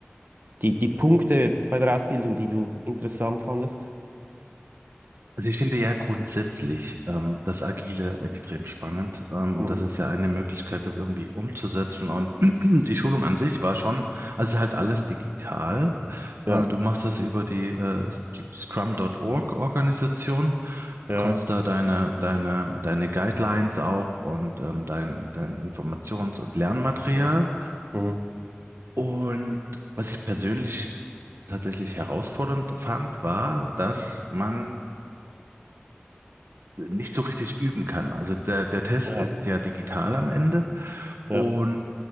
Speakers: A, on the right; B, on the right.
A: die, die Punkte bei der Ausbildung, die du interessant fandest?
B: Also ich finde ja grundsätzlich ähm, das Agile extrem spannend ähm, und
A: Mhm.
B: das ist ja eine Möglichkeit, das irgendwie umzusetzen. Und <clears throat> die Schulung an sich war schon, also es ist halt alles digital. Äh,
A: Ja,
B: du machst das über die äh, Scrum.org Organisation, bekommst
A: ja.
B: da deine deine deine Guidelines auch und ähm, dein dein Informations- und Lernmaterial.
A: Mhm. Mhm.
B: Und was ich persönlich tatsächlich herausfordernd fand, war, dass man nicht so richtig üben kann. Also der, der Test
A: Ja,
B: ist ja digital am Ende
A: ja.
B: und